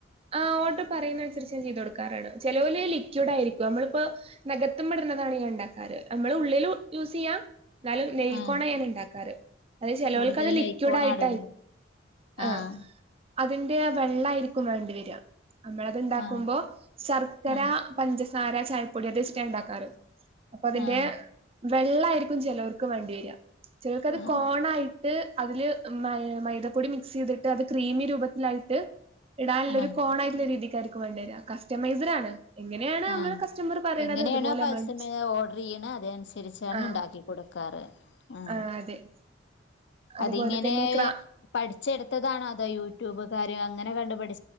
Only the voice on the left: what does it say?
ആഹ്
കൂടുതൽ
നൈക്കോണാണ്
ഇടുന്നത്
ആഹ്
ആഹ്
ആഹ്
ആഹ്
ആഹ്
ആഹ്
ആ
എങ്ങനെയണോ
പസമയ
ഓർഡർ ചെയ്യണ അത അനുസരിച്ചാണ്
ഉണ്ടാക്കിക്കൊട് ക്കാറ് ആ
അതിങ്ങനെ
പഠിച്ചെടുത്തതാ അതോ യൂട്യൂബ് കാര്യ അങ്ങനെ കണ്ട് പഠി